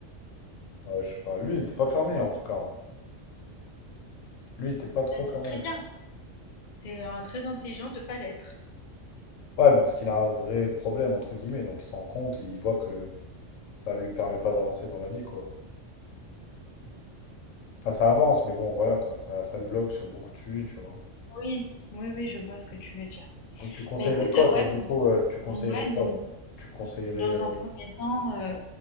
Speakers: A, on the left; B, on the left.
A: Ouais, je sais pas. Lui, il était pas fermé, en tout cas. hein. Lui, il était pas trop
B: Ben,
A: fermé.
B: c'est très bien. C'est euh, très intelligent de pas l'être.
A: Ouais, mais parce qu'il a un vrai problème, entre guillemets, donc il s'en rend compte et il voit que ça lui permet pas d'avancer dans la vie, quoi. Enfin, ça avance, mais bon, voilà, quoi, ça, ça le bloque sur beaucoup de sujets, tu vois.
B: Oui, oui, oui, je vois ce que tu veux dire.
A: Donc tu conseillerais
B: Mais écoute,
A: quoi,
B: euh, ouais,
A: toi,
B: m-
A: du coup, euh, tu conseillerais
B: ouais,
A: quoi?
B: donc
A: Tu conseillerais...
B: dans
A: euh,
B: un premier temps, euh,